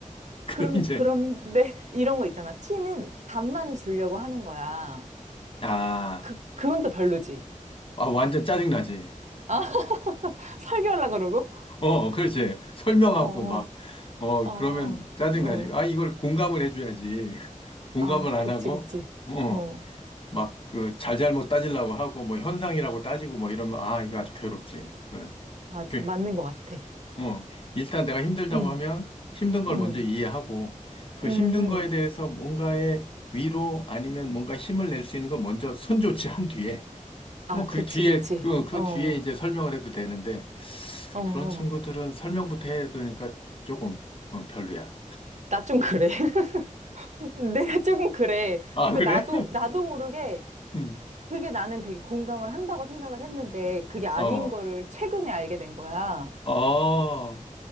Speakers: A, on the left; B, on the right.
A: <laughs>
B: 그런,
A: 그럼 이제,
B: 그런데 <laughs> 이런 거 있잖아. 티는 답만 주려고 하는 거야.
A: 아,
B: 그, 그건 또 별로지.
A: 아, 완전 짜증나지.
B: 아, <laughs> 설교하려고 그러고?
A: 어, 그렇지. 설명하고
B: 어,
A: 막, 어,
B: 어,
A: 그러면 짜증나지.
B: 어, 어.
A: 아, 이걸 공감을 해줘야지. <laughs> 공감을
B: 아,
A: 안
B: 그치,
A: 하고,
B: 그치.
A: 어.
B: 어,
A: 막 그 잘잘못 따지려고 하고 뭐 현상이라고 따지고 뭐 이러면 아 이거 아주 괴롭지. 그럼
B: 아,
A: 그,
B: 맞는 것 같아.
A: 어 일단 내가 힘들다고
B: 응,
A: 하면 힘든 걸
B: 응,
A: 먼저 이해하고 그
B: 응,
A: 힘든
B: 응.
A: 거에 대해서 뭔가의 위로 아니면 뭔가 힘을 낼 수 있는 건 먼저 선조치한 뒤에
B: 아,
A: 뭐 그
B: 그치,
A: 뒤에
B: 그치.
A: 그 그
B: 어, 어,
A: 뒤에 이제 설명을 해도 되는데
B: 어.
A: 그런 친구들은 설명부터 해야 되니까 조금 어, 별로야.
B: 나 좀 그래. <laughs> 내가 조금 그래.
A: 아
B: 그러니까
A: 그래?
B: 나도, 나도 모르게
A: <laughs> 음.
B: 그게 나는 되게 공감을 한다고 생각을 했는데 그게 아닌
A: 어.
B: 거를 최근에 알게 된 거야.
A: 어.